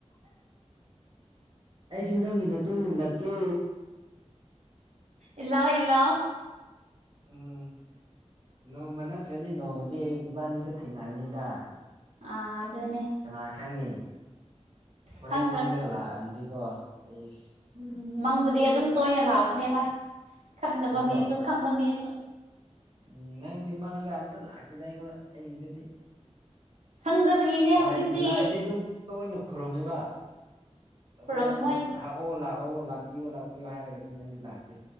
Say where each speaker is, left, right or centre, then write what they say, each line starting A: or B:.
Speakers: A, on the right; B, on the right.
A: ꯑꯩꯁꯨ ꯅꯪꯒꯤ ꯃꯇꯨꯡ ꯏꯜꯔꯛꯀꯦ
B: ꯏꯜꯔꯣ ꯏꯜꯔꯣ
A: ꯎꯝ ꯅꯣꯡꯃ ꯅꯠꯇ꯭ꯔꯗꯤ ꯅꯣꯡꯃꯗꯤ ꯑꯩ ꯏꯕꯥꯅꯤꯁꯨ ꯊꯦꯡꯅꯒꯅꯤꯗ
B: ꯑꯥ ꯑꯗꯨꯅꯦ
A: ꯀꯅꯥ ꯈꯪꯅꯤ ꯍꯣꯔꯦꯟ
B: ꯈꯪꯗ
A: ꯃꯪꯗꯒ ꯂꯥꯛꯑꯝꯗꯤꯀꯣ ꯑꯩꯁ
B: ꯎꯝ ꯃꯪꯗꯗꯤ ꯑꯗꯨꯝ ꯇꯣꯏꯅ ꯂꯥꯛꯄꯅꯦꯗ ꯈꯪꯗꯕ
A: ꯅꯪꯔꯣ
B: ꯃꯤꯁꯨ ꯈꯪꯕ ꯃꯤꯁꯨ
A: ꯎꯝ ꯅꯪꯗꯤ ꯃꯪꯗ ꯑꯝꯇ ꯂꯥꯛꯇꯦꯗ ꯑꯩꯉꯣꯟ ꯑꯩꯒꯤꯗꯗꯤ
B: ꯈꯪꯗꯕꯒꯤꯅꯦ
A: ꯂꯥꯏ
B: ꯍꯧꯖꯤꯛꯇꯤ
A: ꯂꯥꯏꯗꯤ ꯑꯗꯨꯝ ꯇꯣꯏꯅ ꯈꯨꯔꯨꯝꯃꯦꯕ ꯑꯗꯣ
B: ꯈꯨꯔꯝꯃꯣꯏ
A: ꯅꯪ ꯂꯥꯛꯑꯣ ꯂꯥꯛꯑꯣ ꯂꯥꯛꯄꯤꯌꯣ ꯂꯥꯛꯄꯤꯌꯣ ꯍꯥꯏꯔꯒꯖꯨ ꯅꯪꯗꯤ ꯂꯥꯛꯇꯦ